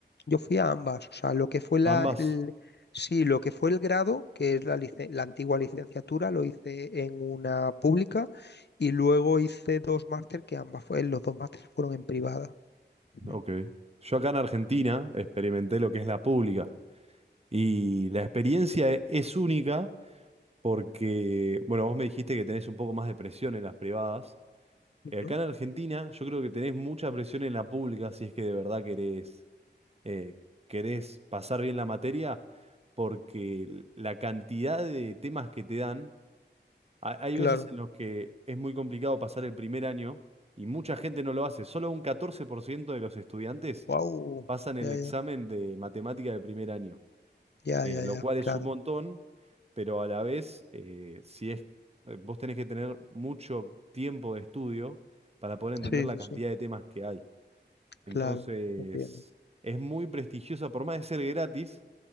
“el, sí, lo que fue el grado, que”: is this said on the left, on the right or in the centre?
Left